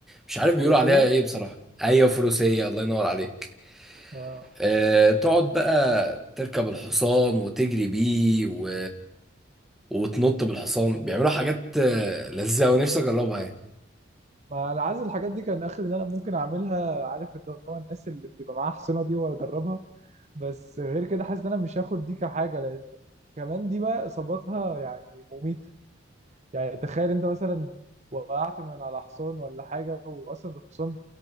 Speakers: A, in the centre; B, on the right.
A: مش عارف
B: فروسية
A: بيقولوا عليها ايه بصراحه ايوه فروسيه الله ينور عليك
B: آه،
A: آه، تقعد بقى تركب الحصان وتجري بيه و... وتنط بالحصان بيعملوا حاجات آه، لذيذة ونفسي اجربها يعني
B: ما انا عايز الحاجات دي كان اخر ان انا ممكن اعملها عارف اللي هو الناس اللي بيبقى معاها حصينه دي واجربها بس غير كده حاسس ان انا مش هاخد دي كحاجه لان كمان دي بقى اصاباتها يعني مميته يعني تخيل انت مثلا وقعت من على حصان ولا حاجه واصلا الحصان